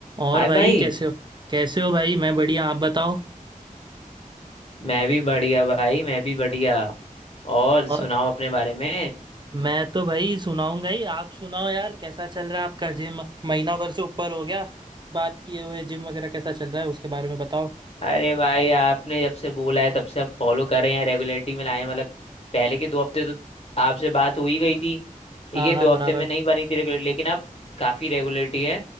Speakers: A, on the right; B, on the left.
A: और
B: हाय
A: भाई
B: भाई
A: कैसे हो कैसे हो भाई मैं बढ़िया आप बताओ
B: मैं भी बढ़िया भाई मैं भी बढ़िया और सुनाओ
A: और
B: अपने बारे में
A: मैं तो भाई सुनाऊंगा ही आप सुनाओ यार कैसा चल रहा है आपका जिम महीना भर से ऊपर हो गया बात किए हुए जिम वगैरह कैसा चल रहा है उसके बारे में बताओ
B: अरे भाई आपने जब से बोला है तब से आप फॉलो कर रहे हैं रेगुलरिटी में लाए हैं मतलब पहले के दो हफ्ते तो आपसे बात हो ही गई थी ठीक
A: हाँ
B: है
A: हाँ
B: दो
A: बराबर
B: हफ्ते में नहीं बनी थी रेगुलर लेकिन अब काफी रेगुलरिटी है